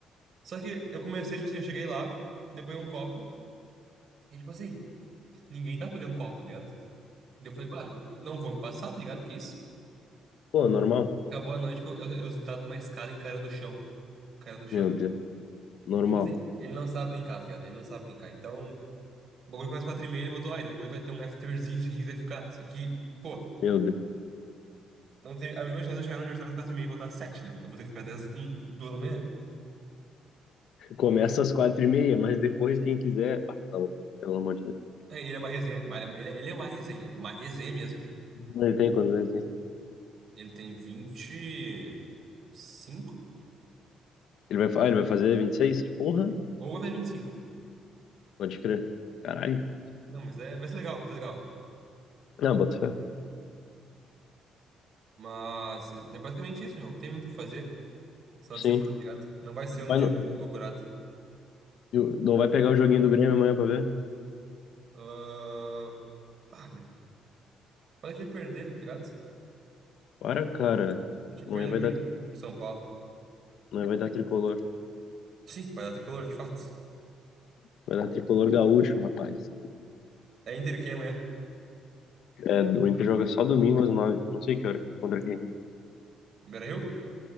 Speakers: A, on the right; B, on the left.
A: Só que eu comecei, tipo assim, eu cheguei lá, depois um copo, e tipo assim, ninguém tava pegando copo, tá ligado? Daí Eu falei, bah, não, não vou me passar, tá ligado? Que isso?
B: Pô, normal.
A: Acabou a noite que eu, eu, eu sentado numa escada encarando o chão. Encarando o chão.
B: Meu Deus. normal.
A: E, tipo assim, ele não sabe brincar, tá ligado? Ele não sabe brincar. Então. O bagulho começa quatro e meia, ele botou, ai, depois vai ter um afterzinho, <laughs> que vai ficar. Só que, pô,
B: Meu Deus.
A: não tem a mesma chance de eu chegar no aniversário às quatro e meia e voltar às sete, né? Eu vou ter que ficar até às hum, duas da manhã.
B: Começa às quatro e meia, mas depois quem quiser. Ah, tá louco, pelo amor de Deus.
A: É, e ele é uma resenha. Bah, Ele é, ele- é, ele é uma resenha, uma resenha mesmo.
B: Ele tem quantos anos ele tem?
A: Ele tem vinte e cinco
B: Ele vai, fa- ah, ele vai fazer 26? Porra,
A: Ou vai fazer vinte e cinco
B: pode crer. Caralho.
A: Não, mas é, vai ser legal, vai ser legal.
B: Não, bota fé.
A: Mas é basicamente isso, meu. Não tem muito o que fazer esse final
B: Sim.
A: de semana, tá ligado? Não vai ser
B: Vai
A: um dia
B: no-
A: loucurado.
B: e o- não vai pegar o joguinho do Grêmio amanhã pra ver?
A: Ah, ah, meu. Pode perder, tá ligado?
B: Para, cara.
A: A gente vai
B: Amanhã
A: perder
B: vai
A: o joguinho.
B: dar,
A: São Paulo.
B: amanhã vai dar tricolor.
A: Sim, vai dar tricolor, de fato.
B: Vai dar tricolor gaúcho, rapaz.
A: É Inter e quem amanhã?
B: É, o Inter joga só domingo às nove. Não sei que hora. Contra quem.
A: Beira-Rio?